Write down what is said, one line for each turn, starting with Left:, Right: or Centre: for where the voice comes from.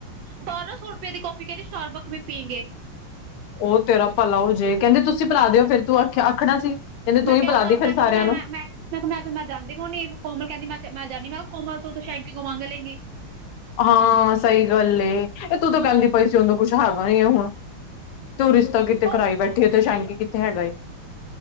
Right: ਬਾਰਾਂ ਸੌ ਰੁਪਏ ਦੀ ਕੋਫੀ ਕਹਿੰਦੀ ਸਟਾਰਬਕ ਵੀ ਪੀਂਏਗੇ।
Left: ਉਹ ਤੇਰਾ ਭਲਾ ਹੋ ਜਾਏ ਕਹਿੰਦੇ ਤੁਸੀਂ ਪਿਲਾ ਦਿਓ ਫਿਰ ਤੂੰ ਆਖਣਾ ਸੀ ਕਹਿੰਦੇ ਤੂੰ
Right: ਮੈਂ
Left: ਹੀ
Right: ਕਿਹਾ
Left: ਪਿਲਾ
Right: ਤਾਂ
Left: ਦੀ ਫਿਰ
Right: ਮੈਂ ਕਿਹਾ
Left: ਸਾਰਿਆਂ
Right: ਮੈਂ
Left: ਨੂੰ।
Right: ਮੈਂ ਕਿਹਾ ਮੈਂ ਤੂੰ ਮੈਂ ਜਾਂਦੀ ਕ ਹੋਣੀ ਕੋਮਲ ਕਹਿੰਦੀ ਮੈਂ ਮੈਂ ਜਾਂਦੀ ਕਿਹਾ ਕੋਮਲ ਤੂੰ ਸ਼ੈਂਕੂ ਮੰਗ ਲੈਂਗੀ।
Left: ਹਾਂ ਸਹੀ ਗੱਲ ਏ, ਇਹ ਤੂੰ ਤਾਂ ਕਹਿੰਦੀ ਓੋਹਦੋ ਕੁਛ ਹੈਗਾ ਨੀ ਹੁਣ ਤੂੰ ਰਿਸ਼ਤਾ ਕਿਤੇ ਕਰਵਾਈ
Right: ਉਹ
Left: ਬੈਠੇ ਤੇ ਸ਼ਾਂਕੀ ਕਿਥੇ ਹੈਗਾ ਏ।